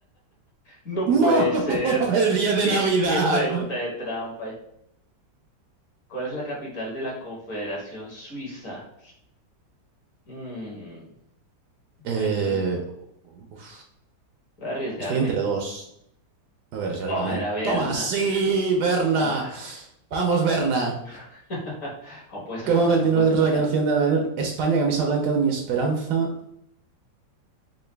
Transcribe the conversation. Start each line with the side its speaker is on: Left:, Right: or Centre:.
Left: No
Right: ¡No!
Left: puede ser.
Right: <laughs> ¡El día de
Left: ¿Qué,
Right: Navidad!
Left: qué pregunta de trampa? ¿Cuál es la capital de la Confederación Suiza? Mm,
Right: Eh,
Left: puede ser. un-
Right: uf.
Left: Voy a arriesgarme.
Right: estoy entre dos. Me voy a arriesgar
Left: Oh,
Right: yo también.
Left: era Berna.
Right: ¡Toma! ¡Sí, Berna!
Left: Ah.
Right: ¡Vamos, Berna!
Left: <laughs> Aún puedes empatar,
Right: ¿Cómo continúa
Left: aún puedes
Right: la letra
Left: empatar.
Right: de la canción de la España, camisa blanca de mi esperanza?